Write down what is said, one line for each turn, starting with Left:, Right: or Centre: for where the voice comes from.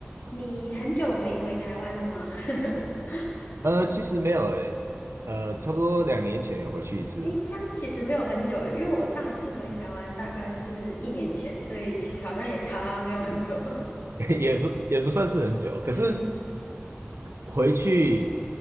Left: 你很久没回台湾了吗？<laughs>
Right: 呃，其实没有诶，呃，差不多两年前有回去一次，
Left: 诶，这样其实没有很久诶，因为我上一次回台湾大概是一年前，所以其实好像也差没有很多。
Right: <laughs> 也不也不算是很久，可是
Left: <laughs> 嗯，
Right: 回去